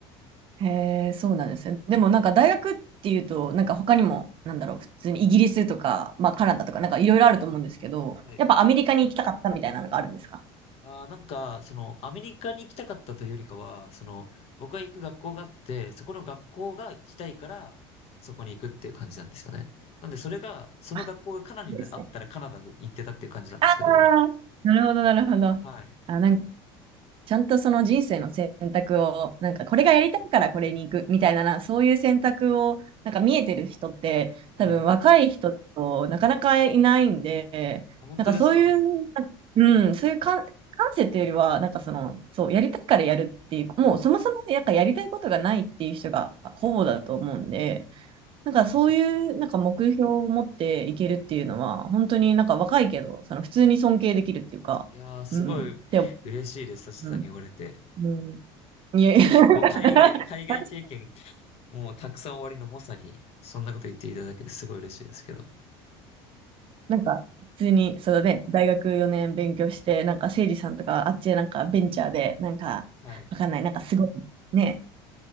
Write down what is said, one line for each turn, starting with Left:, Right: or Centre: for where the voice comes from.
Right: へえ、そうなんですね。でもなんか大学っていうと、なんか他にも、なんだろう、普通にイギリスとか、まあカナダとか、
Left: うん
Right: なんかいろいろあると思うんですけど、
Left: はい。
Right: やっぱアメリカに行きたかったみたいなのがあるんですか
Left: ああ、なんか、その、アメリカに行きたかったというよりかは、その、僕が行く学校があって、そこの学校が行きたいから、そこに行くっていう感じなんですよね。なんで、それが、その学校がカナダにあったらカナダで行ってたっていう感じなんですけど、
Right: あ、そうですね。あーなるほど、なるほど。
Left: はい。
Right: あ、なんかちゃんとその人生の選択を、なんかこれがやりたいからこれに行くみたいなな、そういう選択を、なんか見えてる人って、
Left: はい。
Right: 多分若い人だとなかなかいないんで、
Left: あ、本当ですか
Right: なんかそういううん、そういう感、感性っていうよりは、なんかその、そう、やりたいからやるっていう、もうそもそもねなんかやりたいことがないっていう人がほぼだと思うんで、なんかそういうなんか目標を持っていけるっていうのは、
Left: 確かに。
Right: 本当になんか若いけど、その普通に尊敬できるっていうか、
Left: いやー、すごい嬉しいです、
Right: うん、って思
Left: サシさんに言われて。
Right: う、うん、うん、いや、<laughs>
Left: もう海外の、海外経験、もうたくさん終わりのまさに、そんなこと言っていただけてすごい嬉しいですけど。
Right: なんか普通に、そうだね、大学4年勉強して、なんかせいじさんとか、あっちでなんかベンチャーで、なんか、
Left: はい。
Right: わかんない、なんかすごい、ね、